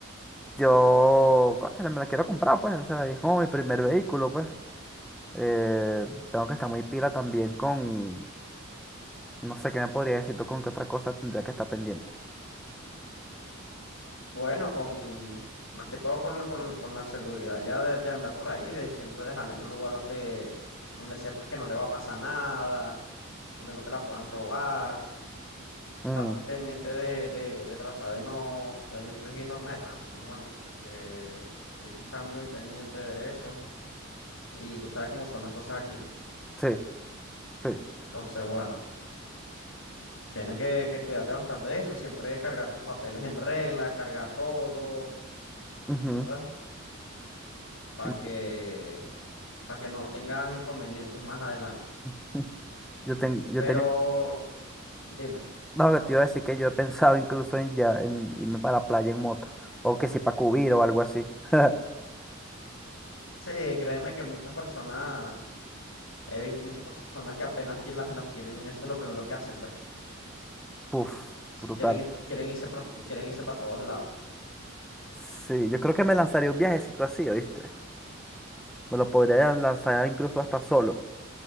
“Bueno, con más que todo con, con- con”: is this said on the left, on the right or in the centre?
Left